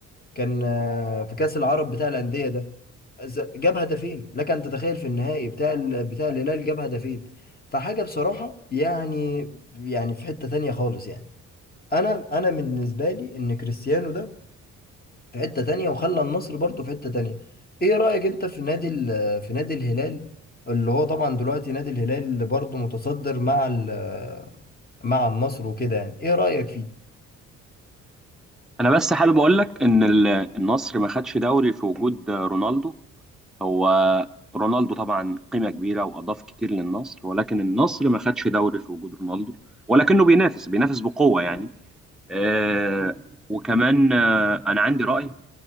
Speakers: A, on the left; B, in the centre.
A: كان آه، في كأس العرب بتاع الأندية ده ز- جاب هدفين لك أن تتخيل في النهائي بتاع ال- بتاع الهلال جاب هدفين فحاجة بصراحة يعني يعني في حتة تانية خالص يعني أنا أنا بالنسبة لي إن كريستيانو ده في حتة تانية وخلى النصر برضه في حتة تانية إيه رأيك أنت في نادي ال- في نادي الهلال اللي هو طبعا دلوقتي نادي الهلال برضه متصدر مع ال- مع النصر وكده يعني إيه رأيك فيه؟
B: انا بس حابب اقول لك ان ال- النصر ما خدش دوري في وجود رونالدو هو رونالدو طبعا قيمة كبيرة وأضاف كتير للنصر ولكن النصر ما خدش دوري في وجود رونالدو ولكنه بينافس بينافس بقوة يعني آه وكمان آه أنا عندي رأي